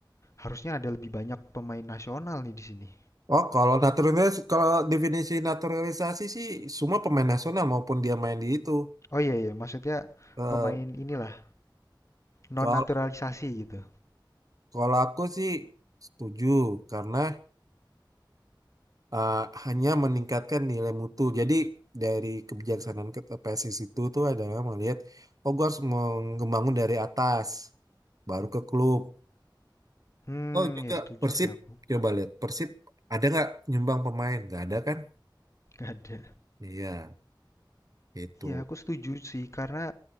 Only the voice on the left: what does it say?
harusnya ada lebih banyak pemain nasional nih di sini.
Oh iya iya, maksudnya
pemain inilah non
naturalisasi gitu.
Hmm,
ya setuju
sih aku.
Gak ada.
Ya aku setuju sih karena